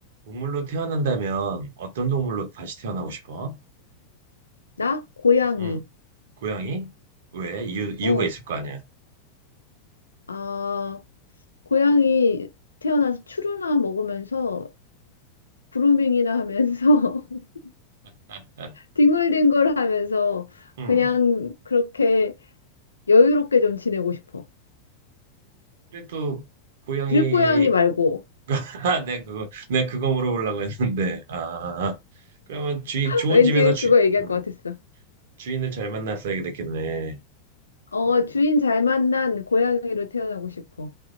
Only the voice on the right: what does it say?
동물로 태어난다면 어떤 동물로 다시 태어나고 싶어?
응, 고양이? 왜? 이유, 이유가
있을 거 아니야.
<laughs>
응.
그래도 고양이
<laughs> 내 그거 내 그거 물어보려고 했는데 아 그러면 주인
좋은
집에서 주
음,
주인을 잘 만났어야 됐겠네
음,